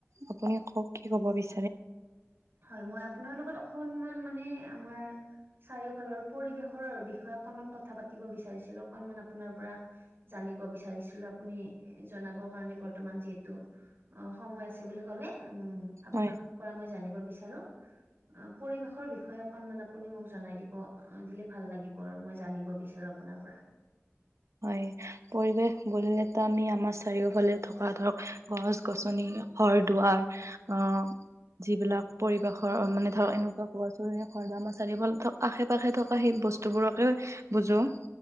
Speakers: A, on the right; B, on the right.
A: আপুনি কওক কি ক'ব বিচা
B: হয় মই আপোনাৰ লগত অকনমান মানে আমাৰ চাৰিওফালৰ পৰিৱেশৰ বিষয়ে অকনমান কথা পাতিব বিচাৰিছিলো। অকণমান আপোনাৰ পৰা জানিব বিচাৰিছিলো। আপুনি জনাব <unintelligible> বৰ্তমান যিহেতু অ' সময় আছে বুলি কলে! উম, আপোনাৰ
A: হয়।
B: পৰা মই জানিব বিচাৰো। অ' পৰিবেশৰ বিষয়ে অকণমান আপুনি মোক জনাই দিব, দিলে ভাল লাগিব আৰু মই জানিব বিচাৰো আ আপোনাৰ পৰা।
A: হয়, পৰিৱেশ বুলিলেতো আমি আমাৰ চাৰিওফালে থকা ধৰক গছ-গছনি ঘৰ-দুৱাৰ, অ'। যিবিলাক পৰিৱেশৰ মানে ধৰক এনেকুৱা <unintelligible> আশে-পাশে থকা সেই বস্তুবোৰকে বুজোঁ।